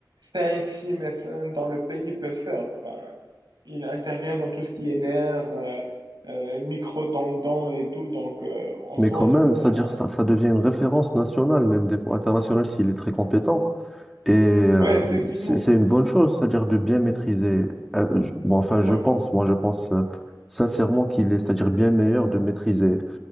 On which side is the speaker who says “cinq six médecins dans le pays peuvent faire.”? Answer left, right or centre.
Right